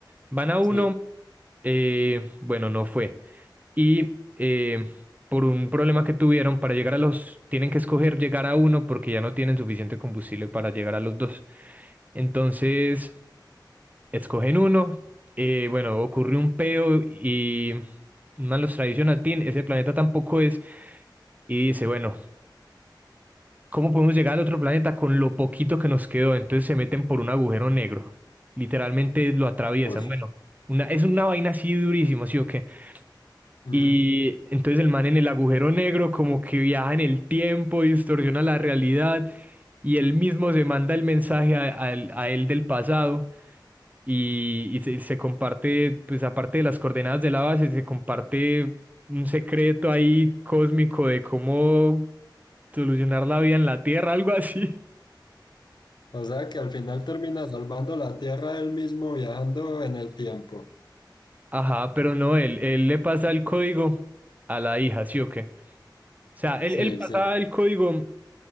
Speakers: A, on the right (about 20°); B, on the left (about 65°).
A: Van a uno,
B: Sí,
A: eh, bueno, no fue. Y eh, por un problema que tuvieron para llegar a los, tienen que escoger llegar a uno porque ya no tienen suficiente combustible para llegar a los dos. Entonces, escogen uno, eh, bueno, ocurre un peo y... Más los traiciona a Tin, ese planeta tampoco es, y dice, bueno, ¿Cómo podemos llegar al otro planeta con lo poquito que nos quedó? Entonces se meten por un agujero negro. Literalmente lo atraviesan.
B: uy.
A: Bueno, una, es una vaina así durísima, ¿sí o qué?
B: Ujú.
A: Y entonces el man en el agujero negro como que viaja en el tiempo, distorsiona la realidad y él mismo se manda el mensaje a, a él a él del pasado y, y se, se comparte, pues aparte de las coordenadas de la base, se comparte un secreto ahí cósmico de cómo solucionar la vida en la Tierra, <laughs> algo así.
B: O sea que al final termina salvando la Tierra él mismo viajando en el tiempo.
A: Ajá, pero no, él, él le pasa el código a la hija, ¿sí o qué? O sea, él,
B: Sí,
A: él pasa
B: sí.
A: el código,